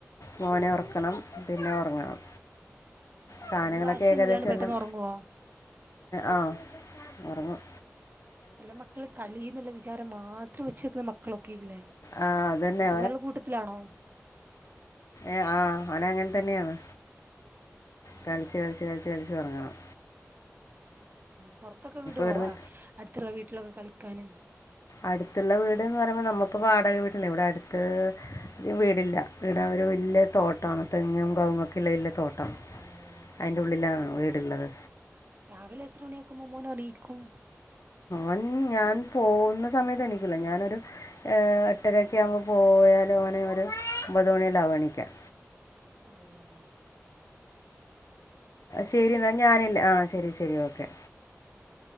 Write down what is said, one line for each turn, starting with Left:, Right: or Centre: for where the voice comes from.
Left: മോനെ ഒർക്കണം പിന്നെ ഒർങ്ങണം
Right: ആഹ്
Left: സാനങ്ങളൊക്കെ
Right: അവന് വാശിയൊന്നുല്ലാണ്ട്
Left: ഏകദേശം
Right: പെട്ടെന്ന്
Left: എല്ലം
Right: ഒറങ്ങുവോ?
Left: ആഹ് ഒർങ്ങും
Right: ചെല മക്കള് കളിന്ന്ള്ള വിചാരം മാത്രം വെച്ച് ക്കളൊക്കെ ഇല്ലേ
Left: ആ തന്നെ
Right: അത് പോലെ കൂട്ടത്തിലാണോ
Left: ഏഹ് ആഹ് അവന് അങ്ങൻ തന്നെയാണ്
Right: അയ്യേ.
Left: കൾച്ച് കൾച്ച് കൾച്ച് കൾച്ച് ഒറങ്ങണം
Right: പോർത്തൊക്കെ വിടോ
Left: ഇവിടുന്ന്
Right: അട്ത്ത്ള്ള വീട്ടിലൊക്കെ കളിക്കാന്?
Left: അട്ത്ത്ള്ള വീട് ന്ന് പറയുമ്പോ നമ്മള്പ്പോ വാടക വീട്ടില്ലേ ഇവിടെ അട്ത്ത് വീടില്ല വീ ഒരു വെല്ല്യ തോട്ടാണ് തെങ്ങും കവുങ്ങക്കെള്ള വെല്ല്യ തോട്ടം
Right: ഓഹ് അങ്ങനെ
Left: അയ്ന്റെ ഉള്ളിലാണ് വീട്ള്ളത്
Right: രാവിലെ എത്ര മണിയാക്കുമ്പോ മോന് എണീക്കും?
Left: ഓൻ ഞാൻ പോകുന്ന സമയത്ത് എണീക്കൂല ഞാനൊരു എട്ടരൊക്കെ ആവുമ്പോ പോ പോയാലും അവന് ഒരു ഒമ്പത് മണിയെല്ലാമാവും എണീക്കാൻ
Right: ഓം <unintelligible>
Left: ശരി എന്നാ ഞാനില്ല ആഹ് ശരി ശരി ഓക്കെ
Right: ആഹ്